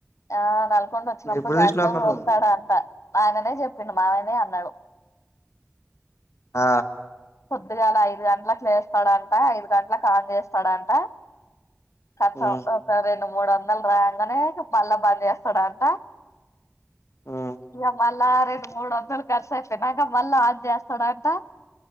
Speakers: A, on the left; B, on the left.
A: ఆ నల్కొండ వచ్చినప్పుడు
B: ఎప్పుడు
A: రాపిడో
B: చూసినావు అక్క
A: తోల్తాడంట
B: నువ్వు
A: ఆయననే చెప్పిండు మామయ్యనే అన్నాడు
B: ఆ
A: పొద్దుగాలా ఐదు గంటలకి లేస్తాడంట ఐదు గంటలకు అన్ చేస్తాడంట కతం
B: ఉ
A: ఒక రెండు మూడు వందలు రాంగానే మళ్ళా బంద్ చేస్తాడాంట
B: ఉ
A: ఇగ మళ్ళా రే మూడు వందలు ఖర్చు అయిపోయినాక మళ్ళా అనై చేస్తాడంటా